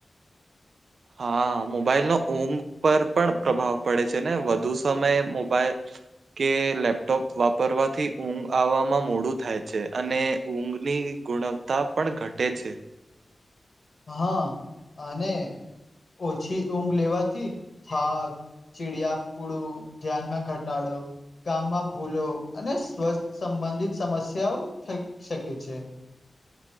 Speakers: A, on the right; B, on the left.
A: હા, મોબાઈલનો ઊંઘ પર પણ પ્રભાવ પડે છે ને વધુ સમયે મોબાઈલ કે લેપટોપ વાપરવાથી ઊંઘ આવામાં મોડું થાય છે અને ઊંઘની ગુણવત્તા પણ ઘટે છે.
B: હા અને ઓછી ઊંઘ લેવાથી થાક ચિડિયા પુડું ધ્યાનમાં ઘટાડો ગામમાં ભૂલો અને સ્વસ્થ સંબંધિત સમસ્યાઓ થઈ શકે છે.